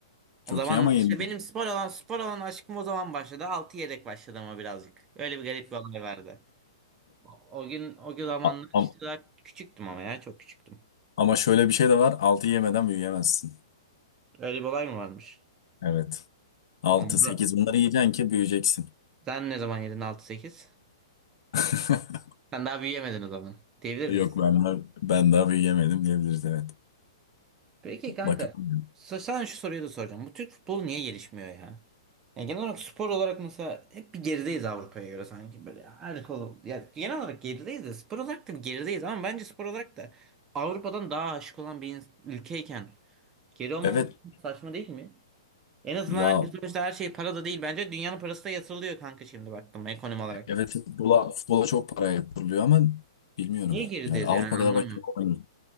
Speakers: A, on the left; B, on the right.
A: Çok
B: O zaman
A: iyi ama yenilmiş.
B: işte benim spor alan spor alan aşkım o zaman başladı. 6 yedek başladı ama birazcık. Öyle bir garip bir olay vardı. O, o gün o gün zamanlar
A: A- am-
B: işte daha küçüktüm ama ya çok küçüktüm.
A: ama şöyle bir şey de var. 6 yemeden büyüyemezsin.
B: Öyle bir olay mı varmış?
A: Evet. Altı
B: Onda
A: sekiz bunları yiyeceksin ki büyüyeceksin.
B: sen ne zaman yedin Altı sekiz?
A: <laughs>
B: Sen daha büyüyemedin o zaman. Diyebilir
A: Yok
B: miyiz?
A: ben daha, ben daha büyüyemedim diyebiliriz evet.
B: Peki kanka.
A: Bakalım.
B: s- Sana şu soruyu da soracağım. Bu Türk futbolu niye gelişmiyor ya? Yani genel olarak spor olarak mesela hep bir gerideyiz Avrupa'ya göre sanki böyle her konu. Yani genel olarak gerideyiz de spor olarak da bir gerideyiz ama bence spor olarak da Avrupa'dan daha aşık olan bir ins- ülkeyken geri olmamız
A: Evet
B: saçma değil mi? En azından
A: ya
B: hani sonuçta her şey para da değil. Bence dünyanın parası da yatırılıyor kanka şimdi baktım ekonomi olarak
A: evet
B: da.
A: futbola, futbola çok para yatırılıyor ama bilmiyorum.
B: Niye gerideyiz
A: Yani Avrupa
B: yani anlamıyorum.
A: kadar başarılı olamıyoruz. <laughs>